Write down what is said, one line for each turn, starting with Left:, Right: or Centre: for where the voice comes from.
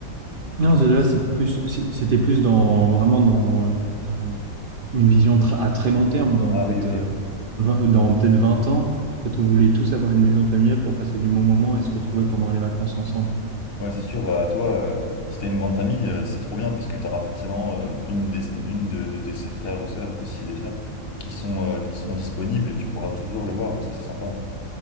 Right: Non,
Left: Mais du coup,
Right: c'est- là, c'était plus, c'est- c'était plus dans, vraiment dans, dans une vision tr- à très long terme, dans
Left: ah
Right: peut-être
Left: oui, ok.
Right: euh, 20, dans peut-être 20 ans. En fait, on voulait tous avoir une maison familiale pour passer du bon moment et se retrouver pendant les vacances ensemble.
Left: Ouais, c'est sûr, bah, toi, euh, si t'as une grande famille, euh, c'est trop bien parce que t'auras forcément euh, une, des, une de, de tes sept frères ou sœurs, du coup, si c'est des sœurs, qui sont, euh, qui seront disponibles et tu pourras toujours les voir. Donc, ça, c'est sympa.